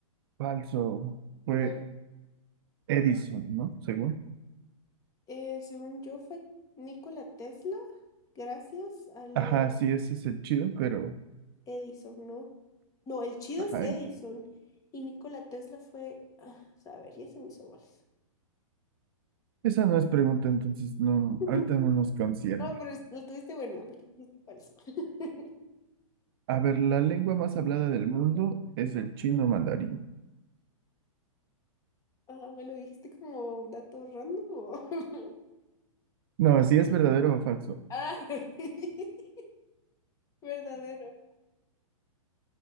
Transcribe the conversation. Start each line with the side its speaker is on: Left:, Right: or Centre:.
Right: Falso. Fue
Left: Mm,
Right: Edison, ¿no? Según.
Left: eh, según yo fue Nikola Tesla, gracias a lo
Right: Ajá,
Left: de
Right: sí, ese es el chido, pero...
Left: Edison, ¿no? No, el chido
Right: Ajá,
Left: es Edison. Y Nikola Tesla fue... ah, a ver, ya se me hizo bolas.
Right: Esa no es pregunta, entonces no,
Left: <laughs>
Right: ahorita no nos concierne.
Left: No, pero es- lo tuviste buena porque dijiste falso. <laughs>
Right: A ver, la lengua más hablada del mundo es el chino mandarín.
Left: Ah, ¿me lo dijiste como dato random o...? <laughs>
Right: No, si es verdadero o falso.
Left: Ah, <laughs> verdadero.